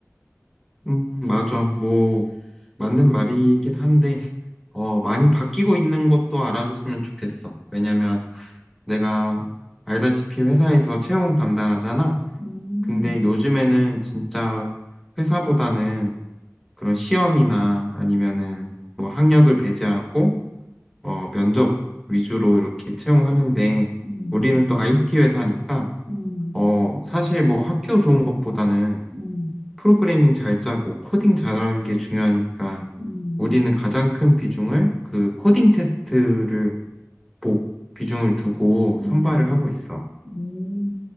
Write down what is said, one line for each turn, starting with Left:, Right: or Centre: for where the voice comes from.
Centre: 음, 맞아. 뭐 맞는 말이긴 한데 어, 많이 바뀌고 있는 것도 알아줬으면 좋겠어. 왜냐면 내가 알다시피 회사에서 채용 담당하잖아.
Left: 음.
Centre: 근데 요즘에는 진짜 회사보다는 그런 시험이나 아니면은 뭐 학력을 배제하고 어, 면접 위주로 이렇게 채용하는데
Left: 음.
Centre: 우리는 또 IT 회사니까
Left: 음,
Centre: 어, 사실 뭐 학교 좋은 것보다는
Left: 음,
Centre: 프로그래밍 잘 짜고 코딩 잘하는 게 중요하니까
Left: 음,
Centre: 우리는 가장 큰 비중을 그 코딩 테스트를 복 비중을 두고
Left: 음,
Centre: 선발을 하고 있어.
Left: 음.